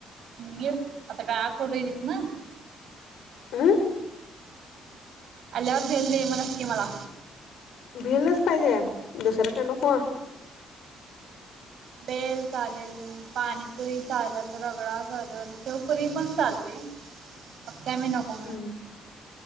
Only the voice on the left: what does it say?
अं.
भेलच पाहिजे दुसरं काय नको?
हम्म,